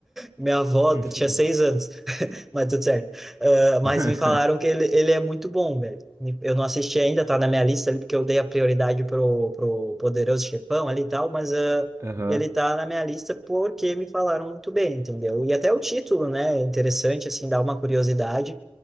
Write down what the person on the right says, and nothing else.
<laughs>
<laughs>
Aham.